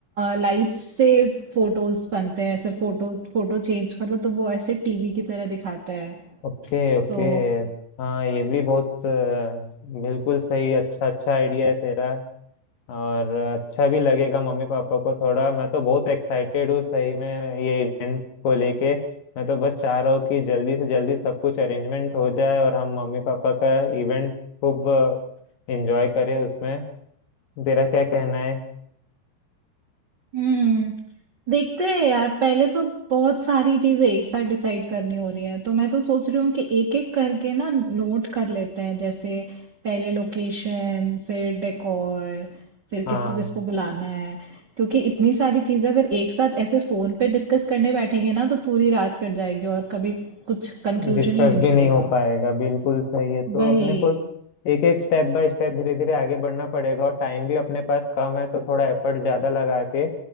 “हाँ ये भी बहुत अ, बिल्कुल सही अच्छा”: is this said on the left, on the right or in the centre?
Left